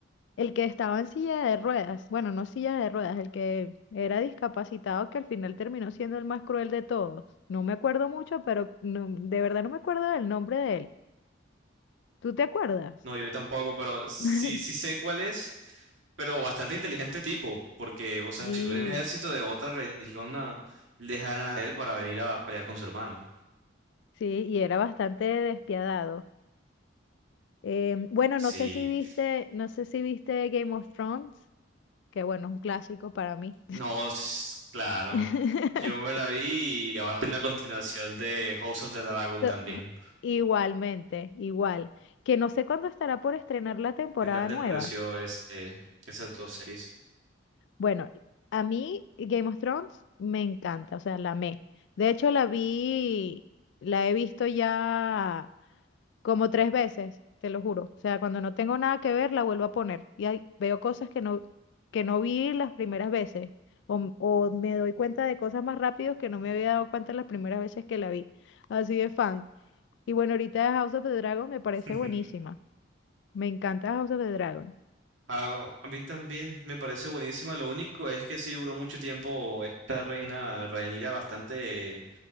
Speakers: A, on the left (about 65°); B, on the right (about 75°).
A: El que estaba en silla de ruedas, bueno, no silla de ruedas, el que era discapacitado, que al final terminó siendo el más cruel de todos. No me acuerdo mucho, pero no- de verdad no me acuerdo del nombre de él. ¿Tú te acuerdas?
B: no, yo tampoco, pero sí,
A: <laughs>
B: sí sé cuál es, pero bastante inteligente tipo, porque, o sea,
A: Sí,
B: si un ejército de otra región ah, lejana a él para venir a pelear con su hermano,
A: sí, y era bastante despiadado. Em, bueno,
B: sí.
A: no sé si viste, no sé si viste Game of Thrones, que bueno, es un clásico para mí.
B: No, s- claro.
A: <laughs>
B: Yo me la vi y ahora en la continuación de House of the Dragon
A: So-
B: también.
A: Igualmente, igual. Que no sé cuándo estará por estrenar la temporada
B: ¿Qué tal te
A: nueva.
B: pareció este, esas dos series?
A: Bueno, a mí Game of Thrones me encanta, o sea, la amé. De hecho, la vi, la he visto ya como tres veces, te lo juro. O sea, cuando no tengo nada que ver, la vuelvo a poner. Y ahí veo cosas que no, que no vi las primeras veces. O, o me doy cuenta de cosas más rápido que no me había dado cuenta las primeras veces que la vi. Así de fan. Y bueno, ahorita House of the Dragon me parece
B: <laughs>
A: buenísima. Me encanta House of the Dragon.
B: Ah, a mí también me parece buenísima. Lo único es que sí duró mucho tiempo esta reina Rhaenyra bastante